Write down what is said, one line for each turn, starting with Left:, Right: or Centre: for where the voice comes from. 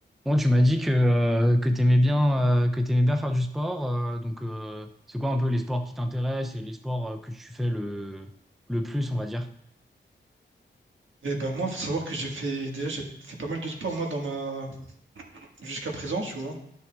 Centre: Bon, tu m'as dit que, euh, que tu aimais bien, euh, que t'aimais bien faire du sport. euh, donc, euh, c'est quoi un peu les sports qui t'intéressent et les sports euh, que tu fais le, le plus, on va dire?
Right: Eh ben moi, faut savoir que j'ai fait déjà j'ai fait pas mal de sport moi dans ma jusqu'à présent, tu vois.